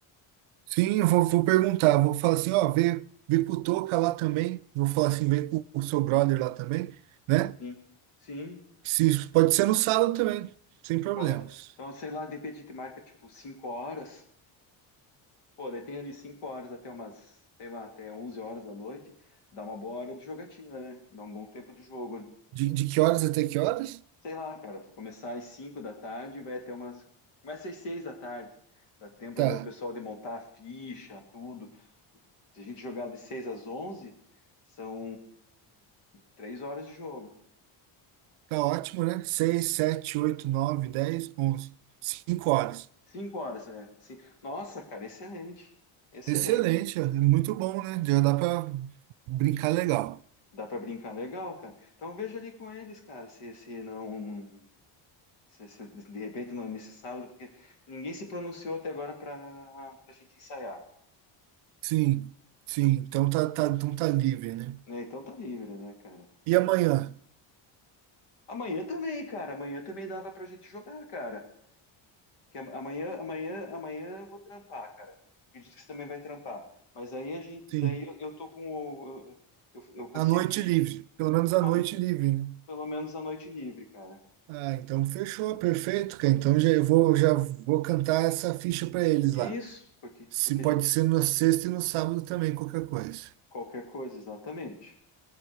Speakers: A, on the right; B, on the left.
A: Sim, eu vou, vou perguntar. Vou falar assim, ó, vê, vê com o Toca lá também. Vou falar assim, vê com o seu brother lá também, né?
B: Sim, sim,
A: Se, pode ser no sábado também, sem problemas.
B: pode. Então, sei lá, de repente a gente marca tipo cinco horas. Pô, daí tem ali cinco horas até umas, sei lá, até 11 horas da noite. Dá uma boa hora de jogatina, né? Dá um bom tempo de jogo, né?
A: De, de que horas até que horas?
B: Sei lá, cara, começar às cinco da tarde, vai até umas. Começa às seis da tarde. Dá tempo
A: Tá.
B: ainda o pessoal de montar a ficha, tudo. Se a gente jogar de 6 às 11, são 3 horas de jogo.
A: Tá ótimo, né? seis sete oito nove dez onze 5 horas.
B: cinco horas, é. Cin- Nossa, cara, excelente. Excelente.
A: Excelente, é muito bom, né? Já dá para brincar legal.
B: Dá pra brincar legal, cara. Então veja ali com eles, cara, se, se não. Se, se de repente não é nesse sábado, porque ninguém se pronunciou até agora pra, pra gente ensaiar,
A: Sim, sim. Então tá, tá, então tá livre, né?
B: né? Então tá livre, né, cara?
A: E amanhã?
B: Amanhã também, cara. Amanhã também dava pra gente jogar, cara. Que am- amanhã, amanhã, amanhã eu vou trampar, cara. Acredito que você também vai trampar. Mas aí a gente,
A: Sim.
B: daí eu, eu tô com o, eu, eu eu consigo
A: A noite livre. Pelo menos
B: ir
A: a
B: com
A: noite
B: a-
A: livre, né?
B: pelo menos a noite livre, cara.
A: Ah, então fechou, perfeito, cara. Então já eu vou, já vou cantar essa ficha para eles lá.
B: Isso, porque
A: Se
B: porque
A: pode
B: a gente
A: ser na sexta e no sábado também, qualquer coisa.
B: qualquer coisa, exatamente.